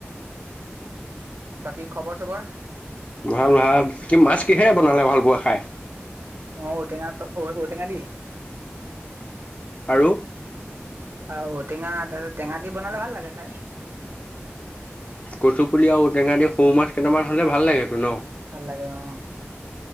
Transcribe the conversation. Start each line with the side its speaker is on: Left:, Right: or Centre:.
Right: বাকী খবৰ চবৰ-
Left: ভাল ভাল কি মাছ কিহেৰে বনালে ভাল পোৱা খাই।
Right: ম ঔটেঙা ঔটেঙা দ
Left: আৰু
Right: অঔ টেঙা তাৰপিছত টেঙা দি বনালে ভাল লাগে খাই
Left: কচু পুলি আৰু টেঙা দি সৰু মাছ কেইটামান হ'লে ভ লাগেতো ন
Right: ভাল লাগে অ